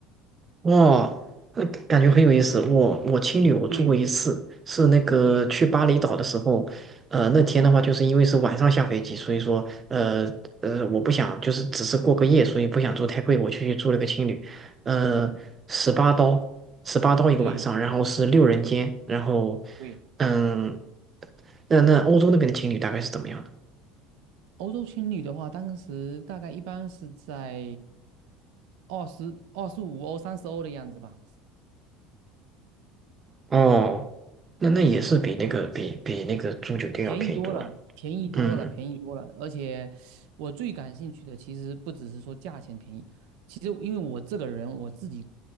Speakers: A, on the right; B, on the right.
A: 哇，呃感觉很有意思。
B: 对，
A: 我我青旅我住过一次，
B: 对，
A: 是那个去巴厘岛的时候，
B: 对，
A: 呃，那天的话就是因为是晚上下飞机，
B: 嗯
A: 所以说呃呃我不想就是只是过个夜，所以不想住太贵，我就去住了个青旅，呃，
B: 嗯，
A: 十八刀，十八刀一个晚上，
B: 对
A: 然后是六人间，然后
B: 对。
A: 嗯，那那欧洲那边的青旅大概是怎么样的？
B: 欧洲青旅的话，当时大概一般是在二十二十五欧、三十欧的样子吧。
A: 哦，那那也是比那个比比那个住酒店要便宜多了。
B: 嗯。便宜多了，便宜多了，
A: 嗯，
B: 便宜多了。而且我最感兴趣的其实不只是说价钱便宜，其实因为我这个人我自己